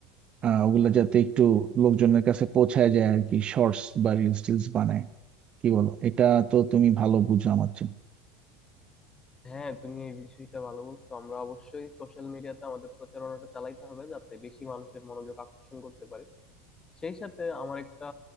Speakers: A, on the right; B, on the left.
A: আহ, ওগুলো যাতে একটু লোকজনের কাছে পৌঁছায় যায় আর কি শর্টস বা রিলস টিলস বানায় কি বলো এটা তো তুমি ভালো বুঝো আমার চেয়ে
B: হ্যাঁ তুমি এই বিষয়টা ভালো বলছো আমরা অবশ্যই সোশ্যাল মিডিয়াতে আমাদের প্রচারণাটা চালাইতে হবে যাতে বেশি মানুষের মনোযোগ আকর্ষণ করতে পারি সেই সাথে আমার একটা